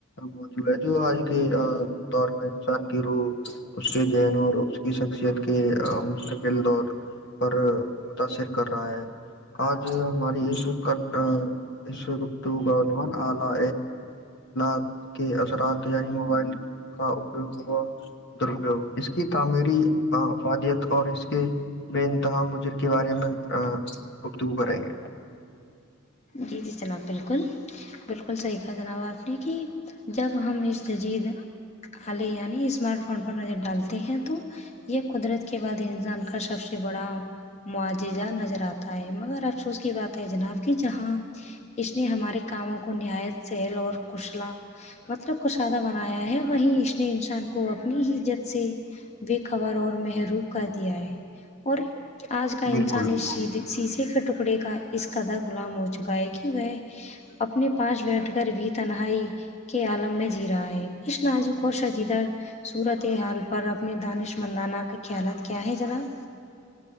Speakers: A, on the left; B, on the left.
A: موجود ہے جو آج کے دور میں انسان کی روح اس کے جین اور اس کی شخصیت کے مستقل دور پر متاأثر کر رہا ہے آج ہماری ایشو کا ایش گپتو گانلہ <unintelligible> کے اثرات یعنی موبائل کا اپیوگ ہوا درپیوگ اس کی تعمیری افادیت اور اس کے بے انتہا مجر کے بارے میں گفتگو کریں گے <unintelligible>
B: جی جی جناب بالکل بالکل صحیح کہا جناب آپ نے کہ جب ہم اس ججید آے یعنی اسمارٹ فون پر نظر ڈالتے ہیں تو <unintelligible> یہ قدرت کے بعد انسان کا سب سے بڑا معجزہ نظر آتا ہے مگر افسوس کی بات ہے جناب کی جہان <unintelligible> اس نے ہمارے کاموں کو نہایت سہل اور کشلا مطلب کشادہ بنا یا ہے وہیں اس نے انسان کو <unintelligible> کو اپنی ہیزت سے بے خبر اور محرووم کر دیا ہے اور آج کا
A: بالکل
B: انسان اس سے شیشے کے ٹکڑے کا اس قدر غلام ہو چکا ہے کہ وہ اپنے پاس بیٹھ کر بھی تنہائی کے عالم میں جی رہا ہے اس ناازوک اور شجیدہ <unintelligible> صورت حال پر اپنے دانش مندانہ کا خیالات کیا ہے جناب